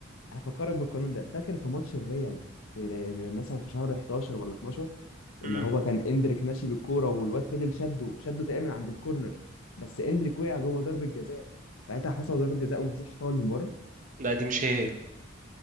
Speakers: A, on the left; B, on the right.
A: هفكرك بالقانون ده فاكر في ماتش الريال في مثلا في شهر 11 ولا 12 اللي
B: امم
A: هو كان اندريك ماشي بالكوره والواد فضل شده شده تقريبا من عند الكورنر بس اندريك وقع جوه ضربه جزاء ساعتها حسب ضربه جزاء وما حسبش فاول من بره
B: لا دي مش هي هي